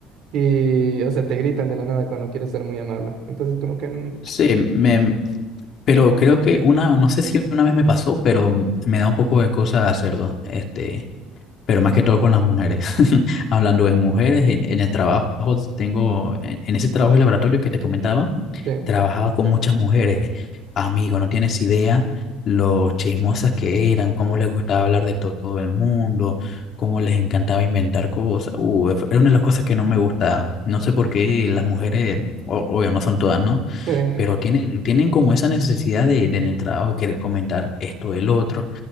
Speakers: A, on the right; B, on the left.
A: Y, o sea, te gritan de la nada cuando quieres ser muy amable. Entonces, como que, mm,
B: sí, me, pero creo que una, no sé si una vez me pasó, pero me da un poco de cosa hacerlo, este, pero más que todo con las mujeres. <laughs> Hablando de mujeres, en, en el trabajo tengo, en, en ese trabajo de laboratorio que te comentaba,
A: sí,
B: trabajaba con muchas mujeres. Amigo, no tienes idea lo chismosas que eran, cómo les gustaba hablar de todo el mundo, cómo les encantaba inventar cosas. Uh, era una de las cosas que no me gustaba. No sé por qué las mujeres, o- obvio, no son todas, ¿no?
A: sí.
B: pero tienen, tienen como esa necesidad de, de en el trabajo querer comentar esto del otro,